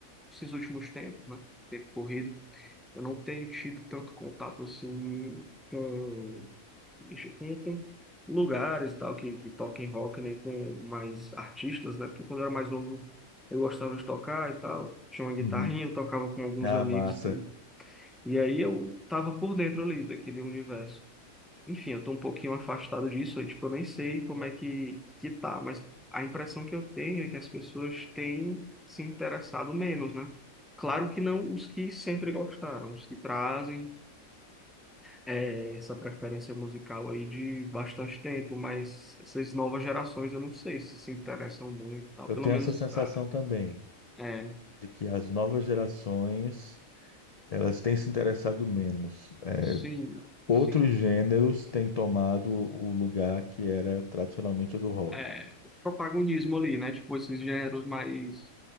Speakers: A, in the centre; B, on the left.
A: esses últimos tempos, né? Tempo corrido. Eu não tenho tido tanto contato assim com, com- com lugares e tal que, que toquem rock, né, com mais artistas, né? Porque quando eu era mais novo eu gostava de tocar e tal, tinha uma guitarrinha,
B: Uhum.
A: eu tocava com alguns
B: Ah,
A: amigos
B: massa.
A: e tudo. E aí eu tava por dentro ali daquele universo. Enfim, eu tô um pouquinho afastado disso, aí, tipo, eu nem sei como é que, que tá, mas a impressão que eu tenho é que as pessoas têm se interessado menos, né? Claro que não os que sempre gostaram, os que trazem é, essa preferência musical aí de bastante tempo, mas essas novas gerações eu não sei se se interessam muito e tal.
B: Eu
A: Pelo
B: tenho
A: menos,
B: essa sensação
A: ah,
B: também
A: é,
B: de que as novas gerações elas têm se interessado menos. É,
A: sim,
B: Outros
A: sim.
B: gêneros têm tomado o lugar que era tradicionalmente o do rock.
A: É, o protagonismo ali, né? Tipo, esses gêneros mais.